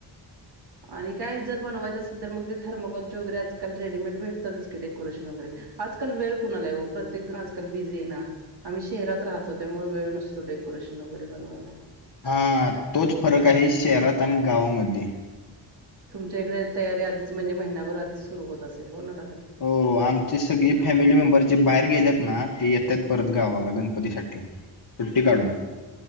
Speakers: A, on the right (about 60°); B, on the left (about 55°).
A: आणि काय जर बनवायचं तर मग ते थर्माकोलचे वगैरे आजकाल रेडिमेट भेटतातच की डेकोरेशन वगैरे आजकाल वेळ कुणालाय ओ प्रत्येक जण आजकाल बिजे ना आम्ही शेरात राहतो त्यामुळे वेळ नसतो डेकोरेशन वगैरे बनवायला.
B: आं तोच फरक आहे शेरात आणि गावामध्ये.
A: तुमच्या इकडे तयारी आधीच म्हणजे महिनाभर आधीच सुरू होत असेल हो ना दादा?
B: हो आमचे सगळी फॅमिली मेंबर जे बाहेर गेलेत ना ते येतात परत गावाला गण गणपती साठी सुट्टी काढून.